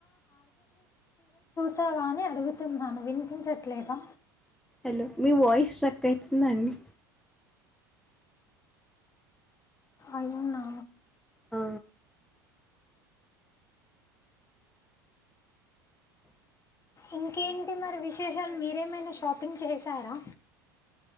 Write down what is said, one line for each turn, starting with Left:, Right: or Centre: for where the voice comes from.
Left: సావా అని అడుగుతున్నాను వినిపించట్లేదా
Centre: హలో మీ వాయిస్ స్ట్రక్ అవుతుందండి
Left: అవునా
Centre: అ
Left: ఇంకేంటి మరి విశేషాలు మీరేమైనా షాపింగ్ చేశారా